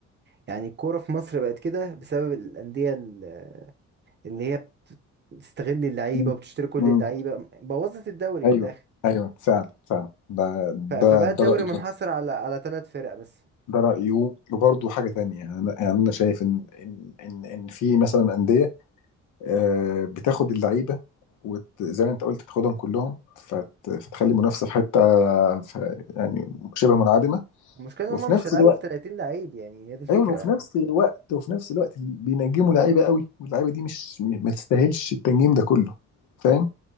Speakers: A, on the right; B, on the left.
A: يعني الكوره في مصر بقت كده بسبب الانديه ال- اللي هي بت- بتستغل اللعيبه
B: مم.
A: وبتشتري كل
B: مم.
A: اللعيبه بوظت الدوري
B: أيوه
A: من الاخر
B: أيوه فعلا فعلا ده ده
A: ف- فبقى
B: ده
A: الدوري
B: رأيي
A: منحصر على على ثلاث فرق بس
B: ده رأيه وبرضه حاجة تانية يعني أنا يعني أنا شايف إن إن إن إن في مثلا أندية آه، بتاخد اللعيبة وزي ما أنت قلت بتاخدهم كلهم فت- فتخلي المنافسة في حتة ف- يعني شبه منعدمة
A: المشكله ان
B: وفي
A: هم مش
B: نفس
A: هيلعبوا
B: الوقت
A: ب 30 لعيب يعني هي دي الفكره
B: أيوه وفي نفس الوقت وفي نفس الوقت بينجموا لعيبة قوي واللعيبة دي مش م- ما تستاهلش التنجيم ده كله فاهم؟